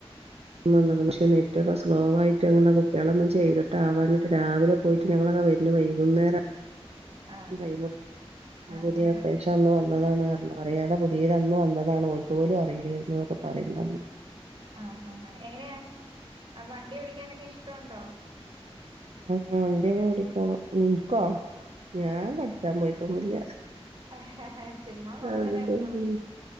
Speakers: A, on the right; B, on the right.
A: <unintelligible> ക്ക സ് സ്ലോവായിറ്റ് അ <unintelligible> കുട്ട്യാളൊന്നും ചെയ്തിട്ട് ആവാഞ്ഞിട്ട് രാവിലെ പ് പോയിറ്റ് ഞങ്ങളൊക്കെ വര്ണെ വൈകുന്നേരാ.
B: ആ
A: ടൈമ്ട്ക്കും
B: ആ
A: പുതിയ
B: ഹ ഹ
A: അപ്ടേഷഅന്ന് വന്നതാണ് പറഞ്ഞു. മ അറിയാതെ പോ ചെയ്തന്ന് വന്നതാണ് ഓൽക്ക് പോലും അറീലേയ് ന്നു നൊക്കെ പറീണ്ണ്ണ്ടന്ന്.
B: ആഹ ആ ആ എങ്ങനെയാ വണ്ടി ഓടിക്കാനൊക്കെ ഇഷ്ടാണ്ടോ
A: ആ വണ്ടിയൊക്കെ ഓടിക്കോണ നിനിക്കോ ഞാൻ പഠിച്ചാൻ പോയിട്ടൊന്നുമില്ല
B: ആഹ് ഹേ ചുമ്മ പോവമേലായിരുന്ന
A: അങ്ങനത്തൊന്നും